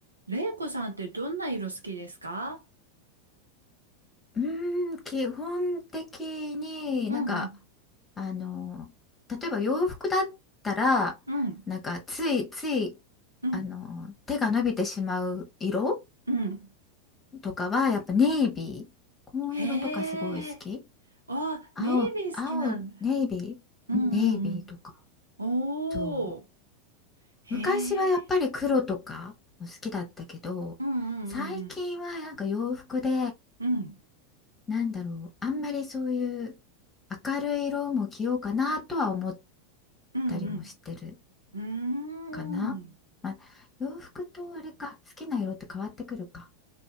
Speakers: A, on the right; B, on the left.
A: レイコさんってどんな色好きですか
B: うーん、基本的になんか
A: うんうん、
B: あの例えば洋服だったらなんかついつい
A: うん、うん、
B: あの手が伸びてしまう色
A: うん。
B: とかはやっぱネイビー紺色とかすごい好き
A: へえ。あ、
B: 青、
A: ネイビー好きなんだ。
B: 青ネイビ
A: うんうんうん。
B: ーうんネイビーとか
A: おー。
B: そ
A: へ
B: う昔はやっぱり黒とかも好きだったけど最近はなんか洋服で
A: え。うんうんうんうん。
B: なんだろう、あんまりそういう明るい色も着ようかなとは思っ
A: うんうん
B: たりもしてる
A: うん。
B: かな。
A: うーん。
B: まあ、洋服とあれか、好きな色って変わってくるか。